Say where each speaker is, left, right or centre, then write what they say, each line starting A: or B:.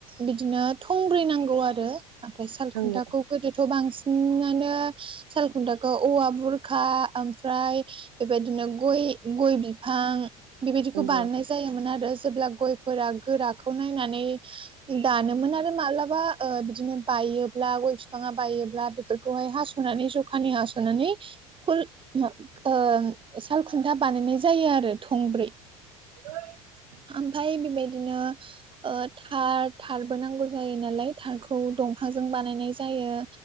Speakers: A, on the right; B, on the right.
A: बिदिनो थंब्रै नांगौ आरो ओमफ्राय सालखुन्थाखौ
B: नंगौ
A: गोदोथ' बांसिनानो सालखुन्थाखौ औवा बुरखा ओमफ्राय बेबायदिनो गय गय बिफां बेबायदिखौ
B: नंगौ
A: बानायनाय जायोमोन आरो जेब्ला गयफोरा गोराखौ नायनानै दानोमोन आरो मालाबा ओ बिदिनो बायोब्ला गय बिफाङा बायोब्ला बेफोरखौहाय हास'नानै जखानि हास'नानै खल मा ओ सालखुन्था बानायनाय जायो आरो थंब्रै।
B: <inaudible>
A: ओमफाय बेबायदिनो थार थारबो नांगौ जायो नालाय थारखौ दंखाजों बानायनाय जायो।